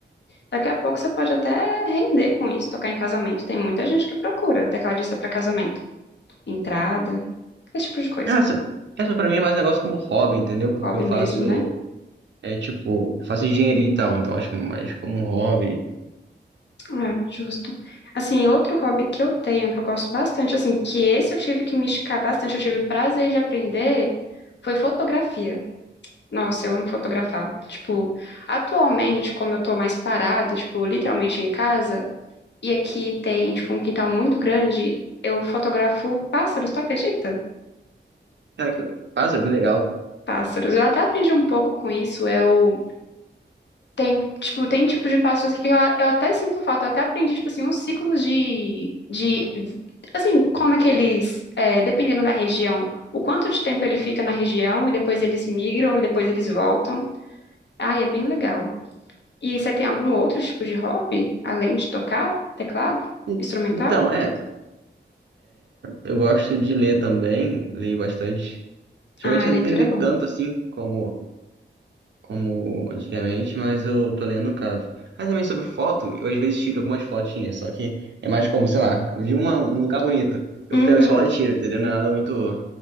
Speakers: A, on the left (about 65°); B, on the right (about 70°).
A: Daqui a pouco você pode até render com isso, tocar em casamento. Tem muita gente que procura tecladista para casamento. Entrada, esse tipo de coisa.
B: Ah, Essa, essa pra mim é mais um negócio como hobby, entendeu? Porque
A: Hobby
B: eu faço,
A: mesmo, né?
B: é tipo, faço engenharia e tal, então acho que é mais como um hobby.
A: É, justo. Assim, outro hobby que eu tenho, que eu gosto bastante, assim, que esse eu tive que me esticar bastante, eu tive prazer de aprender, foi fotografia. Nossa, eu amo fotografar. Tipo, atualmente, como eu tô mais parada, tipo, literalmente em casa, e aqui tem, tipo, um quintal muito grande, eu fotografo pássaros, tu acredita?
B: Cara, que- passa, que legal, cara.
A: Pássaros. Eu até aprendi um pouco com isso, eu Tem, tipo, tem tipos de passos que eu, eu até sinto falta. Eu até aprendi, tipo assim, uns ciclos de, de assim, como é que eles, é, dependendo da região, o quanto de tempo ele fica na região, e depois eles migram, e depois eles voltam. Ai, é bem legal. E você tem algum outro tipo de hobby, além de tocar teclado,
B: E-
A: instrumental?
B: Então, é, eu gosto de ler também, leio bastante. Geralmente
A: Ah, leitura
B: eu não tenho lido
A: é bom.
B: tanto assim como como antigamente, mas eu tô lendo um bocado. Aí também sobre foto, eu às vezes tiro algumas fotinhas, só que é mais como, sei lá, vi uma, um lugar bonito, eu
A: Uhum.
B: pego o celular e tiro, entendeu? Não é nada muito